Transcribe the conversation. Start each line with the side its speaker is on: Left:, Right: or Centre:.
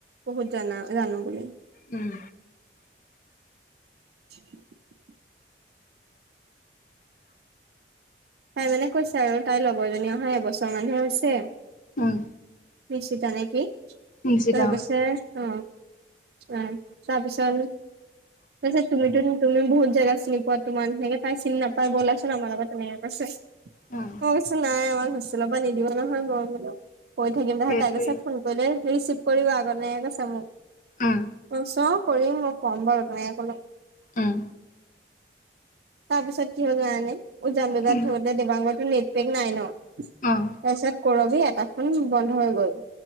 Right: বহুত জানা জানো বুলি।
Left: উম।
Right: <inaudible>
Left: <inaudible>
Right: তাই মানে কৈছে আৰু, তাইৰ লগৰজনী অহা এবছৰ মানহে হৈছে।
Left: উম।
Right: নিশিতা নে কি?
Left: নিশ্চিত
Right: তাই
Left: অ
Right: কৈছে। অ' অ', তাৰপিছত তাৰপিছত তুমিটো তুমি বহুত জেগা চিনি পোৱা, তোমাৰ নিছিনাকে তাই চিনি নাপাই ব'লাচোন আমাৰ লগত তেনেকে কৈছে।
Left: উম
Right: মই কৈছো, নাই আমাক হোষ্টেলৰ পৰা নিদিব নহয় মই বোলো। কৈ থাকিম, <unintelligible>
Left: সেইটোৱেই
Right: তাই কৈছে, ফোন কৰিলে ৰিচিভ কৰিবা আকৌ তেনেকে কৈছে মোক। মই
Left: উম
Right: কৈছোঁ অ'। কৰিম মই। ক'ম বাৰু, তেনেকে কলো।
Left: উম।
Right: তাৰপিছত কি হ'ল জানানে? উজান বজাৰত
Left: কি
Right: থাকোতে দিবাংকতো নেটপেক নাই ন। তাৰপিছত,
Left: অঁ
Right: কৰবি এটা ফোন বন্ধ হৈ গল।